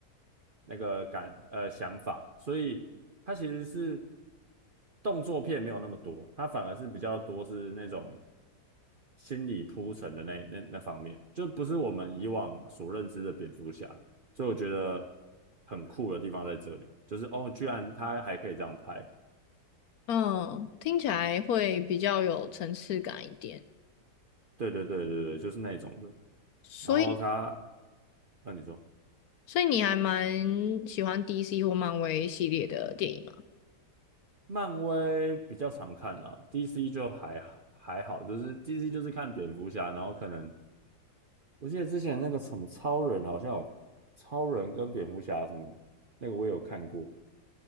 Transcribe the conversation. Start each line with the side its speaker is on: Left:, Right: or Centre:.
Right: 那个感呃想法，所以它其实是动作片没有那么多，它反而是比较多是那种心理铺陈的那那那方面，就不是我们以往所认知的蝙蝠侠，所以我觉得很酷的地方在这里，就是哦，居然他还可以这样拍，
Left: 嗯，听起来会比较有层次感一点。
Right: 对对对对对，就是那种的。
Left: 所以
Right: 然后他，那你说，
Left: 所以你还蛮喜欢 DC 或漫威系列的电影吗？
Right: 漫威比较常看啦，DC 就还好还好，就是 DC 就是看蝙蝠侠，然后可能。我记得之前那个什么超人好像有超人跟蝙蝠侠什么那个我也有看过，